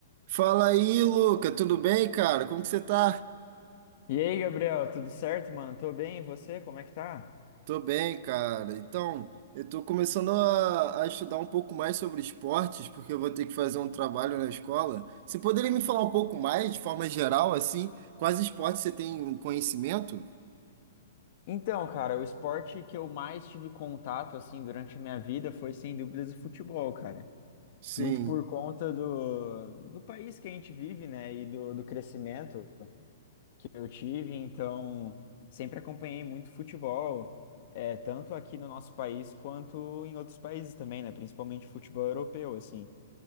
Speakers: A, on the right (about 50°); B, on the left (about 50°).
A: Fala aí, Luca, tudo bem, cara? Como que você tá?
B: E aí, Gabriel, tudo certo, mano? Tô bem, e você? Como é que tá?
A: Tô bem, cara. Então, eu tô começando a, a estudar um pouco mais sobre esportes, porque eu vou ter que fazer um trabalho na escola. Você poderia me falar um pouco mais, de forma geral, assim, quais esportes você tem um conhecimento?
B: Então, cara, o esporte que eu mais tive contato, assim, durante a minha vida foi, sem dúvidas, o futebol, cara.
A: Sim,
B: Muito por conta do, do país que a gente vive, né, e do, do crescimento que eu tive, então sempre acompanhei muito futebol, é, tanto aqui no nosso país quanto em outros países também, né, principalmente futebol europeu, assim.